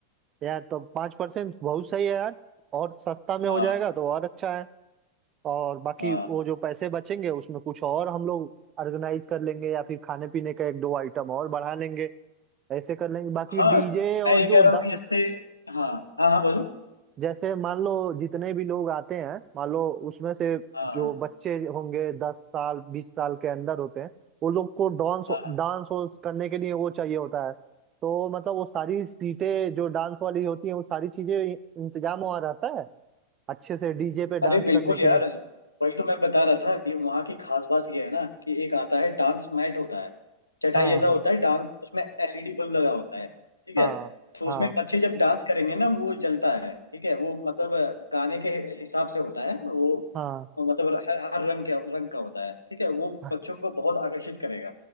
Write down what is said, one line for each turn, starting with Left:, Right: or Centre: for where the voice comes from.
Right: यार तो पाँच परसेंट बहुत सही है यार और सस्ता में
Left: हाँ
Right: हो जाएगा तो और अच्छा है और बाकी
Left: हाँ।
Right: वो जो पैसे बचेंगे उसमें कुछ और हम लोग ऑर्गेनाइज कर लेंगे या फिर खाने पीने का एक दो आइटम और बढ़ा लेंगे ऐसे कर लेंगे बाकी
Left: हाँ
Right: डीजे और
Left: मैं ये
Right: जो
Left: कह रहा
Right: ड-
Left: हूँ कि जैसे हाँ हाँ हाँ बोलो
Right: जैसे मान लो जितने भी लोग आते हैं मान लो उसमें से
Left: हाँ
Right: जो
Left: हाँ
Right: बच्चे होंगे दस साल बीस साल के अंदर होते हैं वो लोग को डांस
Left: हाँ हाँ।
Right: डांस करने के लिए वो चाहिए होता है तो मतलब वो सारी सीटें जो डांस वाली होती हैं वो सारी चीजें इंतजाम वहाँ रहता है अच्छे से डीजे पे डांस
Left: अरे बिल्कुल
Right: करने के
Left: यार
Right: लिए
Left: वही तो मैं बता रहा था कि वहाँ की खास बात ये है ना कि एक आता है डांस मैट होता है चटाई
Right: हाँ
Left: ऐसा
Right: हाँ
Left: होता है डांस उसमें एलईडी बल्ब लगा होता है ठीक
Right: हाँ
Left: है तो
Right: हाँ
Left: उसमें
Right: हाँ।
Left: बच्चे जब डांस करेंगे ना वो जलता है ठीक है वो मतलब गाने के हिसाब से होता है वो
Right: हाँ
Left: मतलब हर हर रंग के रंग का होता है ठीक है वो
Right: हाँ
Left: बच्चों को बहुत आकर्षित करेगा